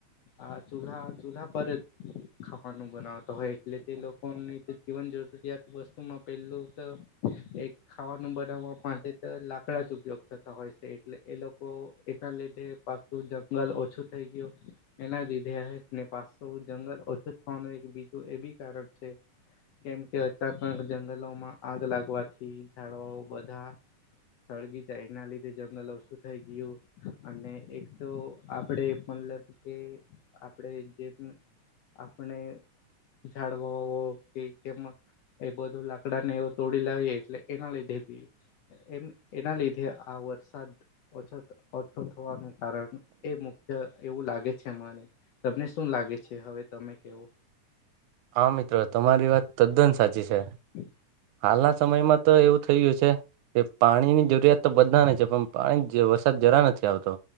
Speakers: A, on the left (about 75°); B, on the right (about 80°).
A: આ ચૂલહા ચૂલહા પર જ ખાવાનું બનાવતા હોય. એટલે તે લોકોની જીવન જરૂરીયાત વસ્તુમાં પેલું તો એક ખાવાનું બનાવવા માટે તો લાકડા જ ઉપયોગ થતા હોય છે, એટલે એ લોકો એના લીધે પાછતું જંગલ ઓછું થઈ ગયું. એના લીધે ને પાસુ જંગલ ઓછું થવાનું એક બીજું એ બી કારણ છે. કેમ કે અચાનક જંગલોમાં આગ લાગવાથી ઝાડવાઓ બધા સળગી જાય એના લીધે જંગલ ઓછું થઈ ગયું અને એક તો આપડે મતલબ કે આપણે જે આપણે ઝાડવા કે કેમ? એ બધું લાકડા ને એવું તોડી લાવીએ એટલે એના લીધે બી એમ એના લીધે આ વરસાદ ઓછ ઓછો થવાનું કારણ એ મુખ્ય એવું લાગે છે. છે તમને શું લાગે છે હવે તમે કેવો
B: હા મિત્રો તમારી વાત તદ્દન સાચી છે.
A: હમ <unintelligible>
B: હાલના સમયમાં તો એવું થઈ ગયું છે. કે પાણીની જરૂરિયાત તો બધાને છે પણ પાણી વરસાદ જરા નથી આવતો